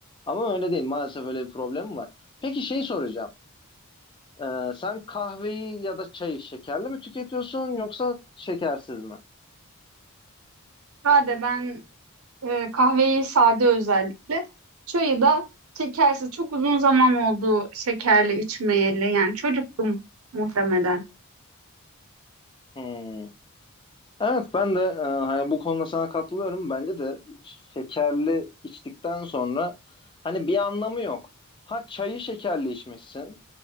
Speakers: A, on the left (about 20°); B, on the right (about 70°).
A: Ama öyle değil. Maalesef öyle bir problemim var. Peki şey soracağım. Ee, sen kahveyi ya da çayı şekerli mi tüketiyorsun yoksa şekersiz mi?
B: Hadi ben E, kahveyi sade özellikle. Çayı da şekersiz. Çok uzun zaman oldu şekerli içmeyeli. Yani çocuktum muhtemelen.
A: Hmm. Evet ben de e, hani bu konuda sana katılıyorum. Bence de şekerli içtikten sonra hani bir anlamı yok. Ha çayı şekerli içmişsin.